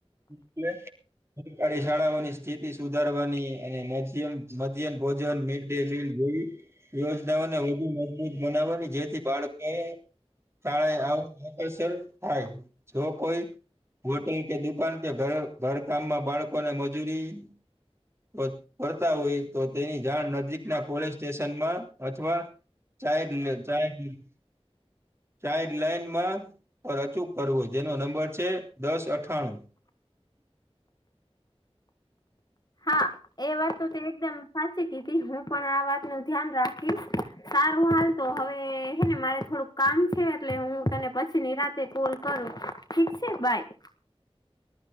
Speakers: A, on the right; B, on the left.
A: <inaudible> સરકારી શાળાઓની સ્થિતિ સુધારવાની એને નેચિયન મધ્યન ભોજન ડેલી <inaudible> યોજનાઓને વધુ મજબૂત બનાવવાની જેથી બાળકે કાળે આવું મોકલ સર થાય જો કોઈ હોટેલ કે દુકાન કે ઘર ઘર કામમાં બાળકોને મજૂરી તો કરતા હોય તો તેની જાણ નજીકના પોલીસ સ્ટેશનમાં અથવા ચાઈડલ ચાઈલ્ડ ચાઈડ લાઇનમાં પર અચૂક કરવો જેનો નંબર છે દસ અઠ કમ
B: હા એ વાત તો તે એકદમ સાચી કીધી હું પણ આ વાતનું ધ્યાન રાખીશ. સારું હાલ તો હવે હે ને મારે થોડુંક કામ છે એટલે હું તને પછી નિરાંતે કોલ કરું. ઠીક સે બાય.